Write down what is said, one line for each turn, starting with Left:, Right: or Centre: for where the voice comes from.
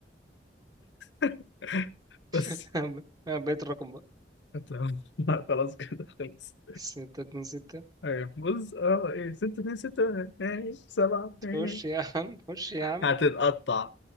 Left: <laughs> بس
Right: <laughs> بقيت الرقم بقى
Left: تمام لا، خلاص كده خلص
Right: ستة اتنين ستة
Left: أيوه بص أه إيه ستة اتنين ستة إيه سبعة إيه
Right: خش يا عم خش يا عم
Left: هتتقطع